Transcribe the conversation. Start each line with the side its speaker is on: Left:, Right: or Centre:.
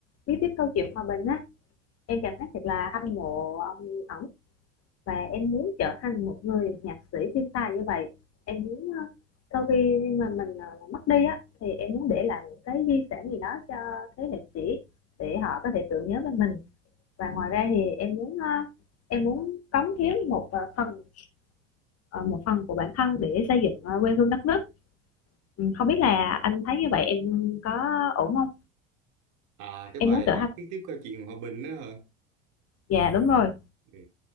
Left: viết tiếp câu chuyện hòa bình á, em cảm thấy thật là hâm mộ ông ổng và em muốn trở thành một người nhạc sĩ thiên tài như vậy. Em muốn à, sau khi mà mình à, mất đi á thì em muốn để lại những cái di sản gì đó cho thế hệ trẻ để họ có thể tưởng nhớ về mình và ngoài ra thì em muốn ờ, em muốn cống hiến một ờ, phần ờ, một phần của bản thân để xây dựng ờ, quê hương đất nước Ừ, không biết là anh thấy như vậy em có ổn không
Right: À, cái
Left: em
Right: bài
Left: muốn trở
Right: hát
Left: thành
Right: tiếp tiếp câu chuyện hòa bình nữa hả?
Left: dạ đúng rồi
Right: Ừ.